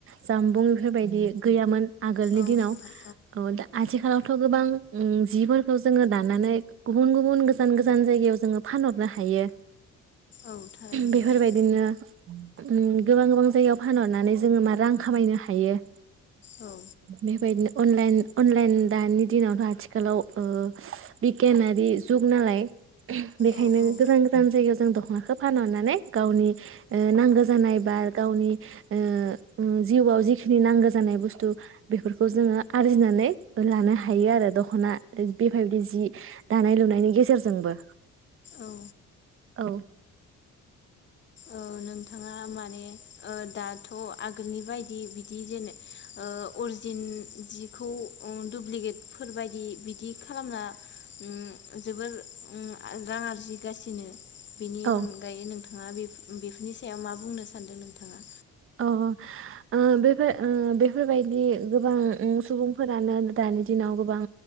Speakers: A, on the right; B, on the left.
A: जामबुं बेफोरबायदि गैयामोन। आगोलनि
B: औ
A: दिनाव
B: नोंथां
A: औ दा आथिखालाव थ गोबां उम जिफोरखौ जोङो दानानै गुबुन गुबुन गोजान गोजान जायगायाव जोङो फानहरनो हायो।
B: औ थारैनो नोंथां
A: बेफोरबायदिनो उम गोबां गोबां जायगायाव फानहरनानै जोङो मा रां खामाय नो हायो
B: औ
A: बेबायदिनो अनलाइन अनलाइन दानि दिनावथ आथिखालाव ओ बिगियानारि जुग नालाय बेखायनो
B: औ
A: गोजान गोजान जायगायाव जों दखनाखौ फानहरनानै गावनि ओ नांगो जानाय बा गावनि ओ ओ जिउआव जिखिनि नांगो जानाय बुस्थु बेफोरखौ जोङो आरजिनानै लानो हायो आरो दखना बेफोरबायदि जि दानाय लुनायनि गेजेरजोंबो।
B: औ
A: औ
B: औ। नोंथाङा माने ओ दाथ आगोलनि बायदि बिदि जेन ओ अरजिन जिखौ दुुब्लिकेटफोरबायदि बिदि खालामना उम जोबोर उम रां आरजिगासिनो बेनि
A: औ
B: अनगायै नों थांआ बि बेफोरनि सायाव मा बुंनो सानदों नोंथाङा।
A: औ औ ओ बेफोर ओ बेफोरबायदि गोबां उम सुबुंफोरानो दानि दिनाव गोबां